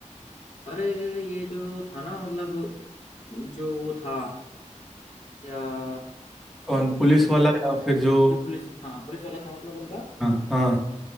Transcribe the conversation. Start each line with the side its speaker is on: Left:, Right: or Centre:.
Left: अरे ये जो था ना मतलब जो वो था या
Centre: कौन पुलिस वाला
Left: एक
Centre: या फिर जो
Left: जो पुलिस हाँ पुलिस वाला था मतलब उनका
Centre: हाँ हाँ